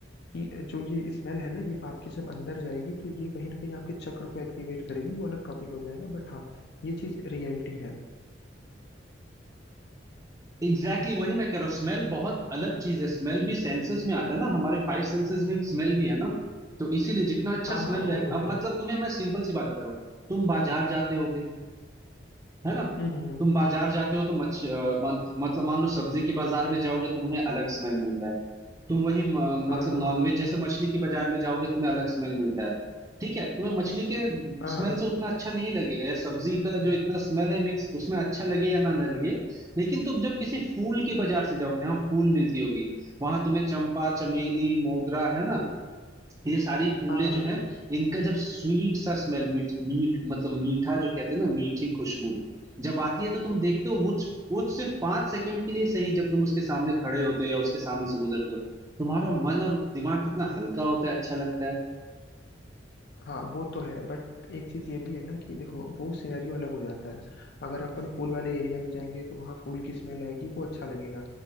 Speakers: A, on the left; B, on the right.
A: कि जो ये स्मेल है ना ये आपके जब अंदर जाएगी तो ये कहीं ना कहीं आपके चक्र को एक्टिवेट करेगी वो अलग टॉपिक हो जाएगा बट हाँ ये चीज रियलिटी है
B: एग्जैक्टली exactly वही मैं कह रहा हूँ स्मेल बहुत अलग चीज है स्मेल भी सेंसेस में आता है ना हमारे फाइव सेंसेस में एक स्मेल भी है ना तो इसीलिए जितना अच्छा
A: हाँ हाँ
B: स्मेल
A: वो
B: रहे
A: तो
B: अब
A: है
B: मतलब तुम्हें मैं सिंपल सी बात बता रहा हूँ तुम बाजार जाते हो है ना
A: हम्म हम्म हम्म
B: तुम बाजार जाते हो तो मच्छ अ, मत, मतलब मान लो सब्जी के बाजार में जाओगे तो तुम्हें अलग स्मेल मिलता है तुम वही म,
A: हाँ
B: मतलब
A: हाँ
B: नॉनवेज जैसे मछली के बाजार में जाओगे तुम्हें अलग स्मेल मिलता है ठीक है तुम्हें मछली के
A: हाँ
B: स्मेल
A: हाँ हाँ
B: से उतना अच्छा नहीं लगेगा या सब्जी का जो इतना स्मेल है मिक्स उसमें अच्छा लगे या ना ना लगे लेकिन तुम जब किसी फूल के बाजार से जाओगे जहाँ फूल मिलती होगी वहां तुम्हें चंपा चमेली मोगरा है ना ये सारी फूलें
A: हाँ हाँ
B: जो
A: हाँ
B: हैं इनका जब स्वीट सा स्मेल मीठ मीठ मतलब मीठा जो कहते हैं ना मीठी खुशबू जब आती है तो तुम देखते हो वो वो सिर्फ पांच सेकंड के लिए सही जब तुम उसके सामने खड़े होते हो या उसके सामने से गुजरते हो तुम्हारा मन और दिमाग कितना हल्का होता है अच्छा लगता है
A: हाँ वो तो है बट एक चीज ये भी है ना कि देखो वो सिनेरियो अलग हो जाता है अगर अपन फूल वाले एरिया में जाएंगे तो वहाँ फूल की स्मेल आएगी वो अच्छा लगेगा